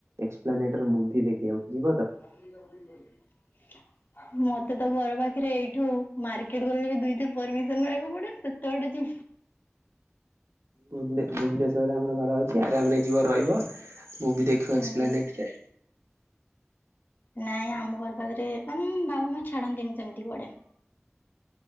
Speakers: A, on the right (about 75°); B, on the left (about 45°).
A: ଏକ୍ସପ୍ଲାନେଟର ମୁଭି ଦେଖିବାକୁ। ଯିବ ତ
B: ତାପ ତା ମତେ ତ ଘର ପାଖରେ ଏଇଠୁ ମାର୍କେଟ ଗଲେ ବି ଦୁଇତେ ପରମିସନ ମାଗିବାକୁ ପଡେ, ସେତେବାଟ ଯିବି
A: ଭୁବନେ ଭୁବନେଶ୍ଵରରେ ଆମର ଘର ଅଛି ଆରାମରେ ଯିବ ରହିବ ମୁଭି ଦେଖିବା
B: ଉଁ
A: ଏକ୍ସପ୍ଲାନେଟରେ।
B: ନାଇଁ ଆମ ଘର ପାଖରେ, ଉଁ ମାମା ଛାଡନ୍ତିନି ସେମତି କୁଆଡେ।